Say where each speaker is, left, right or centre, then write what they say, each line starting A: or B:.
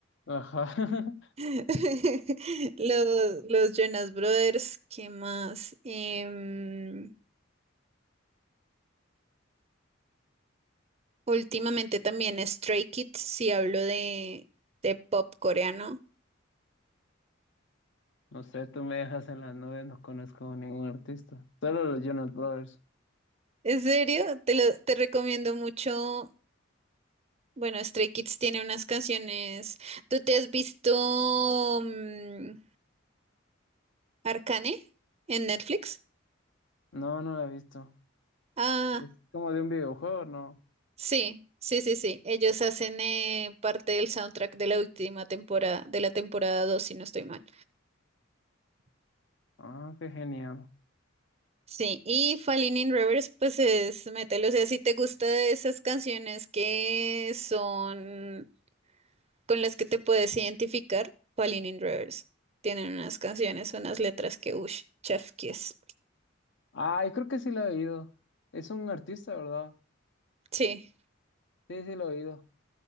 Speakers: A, on the left (about 65°); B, on the right (about 30°).
A: Ajá. <laughs>
B: <laughs> Los, los Jonas Brothers, ¿qué más? Em, últimamente también Stray Kids, si hablo de, de pop coreano.
A: No sé, tú me dejas en las nubes, no conozco ningún artista. Solo los Jonas Brothers.
B: ¿En serio? Te lo, te recomiendo mucho. Bueno, Stray Kids tiene unas canciones. ¿Tú te has visto mm, Arcane en Netflix?
A: No, no la he visto.
B: Ah,
A: Es como de un videojuego, ¿no?
B: sí, sí, sí, sí. Ellos hacen eh, parte del soundtrack de la última temporada, de la temporada 2, si no estoy mal.
A: Ah, qué genial.
B: Sí, y Falling in Reverse, pues es, mételo. O sea, si te gusta de esas canciones que son con las que te puedes identificar, Falling in Reverse. Tienen unas canciones, unas letras que, uff, chef kiss.
A: Ay, creo que sí la he oído. Es un artista, ¿verdad?
B: Sí,
A: Sí, sí lo he oído.